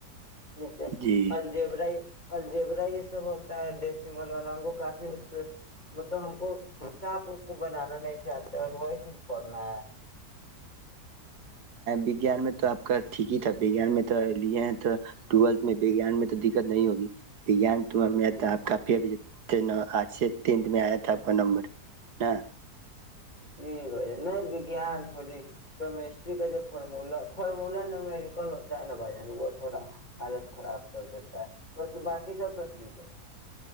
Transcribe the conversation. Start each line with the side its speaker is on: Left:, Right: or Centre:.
Left: <unintelligible>
Right: جی
Left: الجیبرا یہ سب ہوتا ہے ڈسین والا ہم کو کافی اس پہ مطلب ہم کو صپ اس کو بنانا نہیں چاہتے اور وہی چیز پنا ہے
Right: وجان میں تو آپ کا ٹھیک ہی اچھاان میں ت لیے ٹویلتھ میںان میں تو دقت نہیں ہوگیان تو
Left: ہے
Right: آپ کافی اب ت آج سے تین میں آیا تھا اپنا نمبر ن
Left: جی بھ ج نہیںگان تھوڑی کیمسٹری کا جو فارمولا فارمولا ن میریکل ہوتا ہے نا بھائی جان وہ تھوڑا حالت خراب کر دیتا ہے مطل باقی سب تو ٹھیک ہے